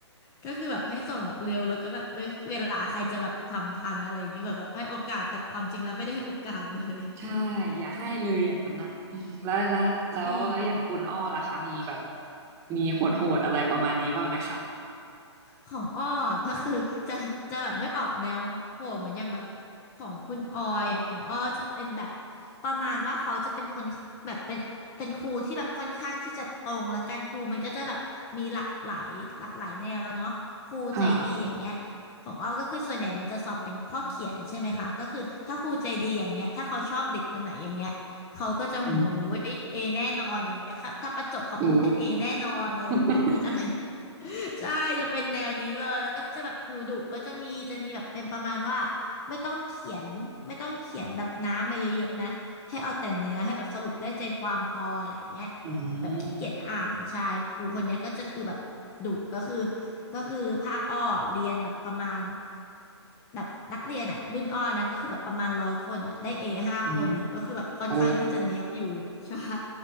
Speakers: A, on the left; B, on the right.
A: ก็คือแบบให้ส่งแบบเร็วแล้วก็แบบเอ้ยเวลาใครจะแบบทำทันอะไรอย่างนี้แบบแบบให้โอกาสแต่ความจริงแล้วไม่ได้ให้โอกาสเลย
B: ใช่อย่าให้เลยอย่างนั้นอ่ะอืมแล้วแล้วแล้วแล้วอย่างคุณอ้อล่ะคะมีแบบ
A: <laughs> จริง
B: มีโหดๆอะไรประมาณนี้บ้างไหมคะ
A: ของอ้อก็คือจะจะแบบไม่ออกแนวโหดเหมือนอย่างแบบของคุณออยอ่ะของอ้อจะเป็นแบบประมาณว่าเขาจะเป็นคนแบบเป็นเป็นครูที่แบบค่อนข้างที่จะตรงและการครูมันก็จะแบบมีหลากหลายหลากหลายแนวเนาะครูใจดีอย่างเงี้ย
B: ค่ะ
A: ของอ้อก็คือส่วนใหญ่มันจะสอบเป็นข้อเขียนใช่ไหมคะก็คือถ้าครูใจดีอย่างเงี้ยถ้าเขาชอบเด็กคนไหนอย่างเงี้ยเขาก็จะหู
B: อืม
A: ยเอแน่นอนอะไรเงี้ยครับถ้าประจบเขาปุ๊บเนี่ยเอแน่นอนอะไรอย่างเงี้ยจะเป็น
B: โอ้ <laughs>
A: <laughs> ใช่จะเป็นแนวนี้เลยแล้วก็จะแบบครูดุก็จะมีจะมีแบบเป็นประมาณว่าไม่ต้องเขียนไม่ต้องเขียนแบบน้ำมาเยอะๆนะให้เอาแต่เนื้อให้แบบสรุปได้ใจความพออะไรอย่างเงี้ย
B: อืม
A: แบบขี้เกียจอ่านใช่ครูคนเนี้ยก็จะคือแบบดุก็คือก็คือภาคอ้อเรียนแบบประมาณแบบนักเรียนอ่ะรุ่นอ้อนะก็คือแบบประมาณร้อยคนอ่ะได้เอห้าคนอ่ะก็คือแบบค่อนข้างที่จะเนี๊ยบอยู่
B: อืมโอ้
A: <laughs> ใช่